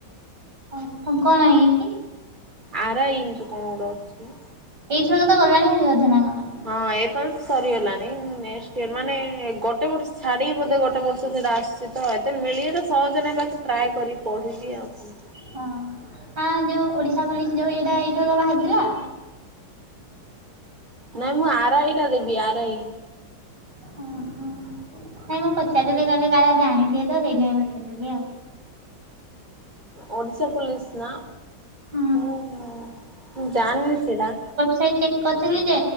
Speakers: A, on the right; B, on the right.
A: ଓ ହ କଣ ଇଏ କିି?
B: ଆର ଆଇ ଇଞ୍ଚ କଣ ଗୋଟେ ଅଛି।
A: ଏଇଥର ତ ଗଲାଣି ହାରି ଅଧେ ନା କଣ?
B: ହଁ ଏପାଳି ତ ସରିଗଲାଣିି ମୁଁ ନେକ୍ସଟ୍ ଇୟର୍ ମାନେ ଗଟେ ବର୍ଷ ଛାଡି ବୋଧେ ଗୋଟେ ବର୍ଷ ସେଟା ଆସଛି। ତୁଇତ ଏତେ ମିଳିବା ସହଜ ନେବା କି ଟ୍ରାଏ କରିବି ପଢ଼ିବି ଆଉ କଣ?
A: ହଁ ଆ ଯୋଉ ଓଡିଶା ପୋଲିସ ଯୋଉ ଏଇଟା ଏଇଥର କ ବାହାରିଥିଲା।
B: ନାଇଁ ମୁଁ ଆର୍ ଆଇ ଟା ଦେବି ଆର୍ ଆଇ।
A: ଓ ହ ନାଇଁ ମୁଁ ପଚାରିଦେଲି କହିଲି କାଳେ ଆଜି ଆଣିଥିବେ ତ ସେଇଥିପାଇଁ ପଚାରିଦେଲି ଆଉ।
B: ଓଡ଼ିଶା ପୋଲିସ ନା?
A: ହୁଁ।
B: ହଁ ମୁଁ ଜାଣିନି ସେଟା।
A: ସାଇଟ୍ ଚେକ୍ କରିଥିଲି ଯେ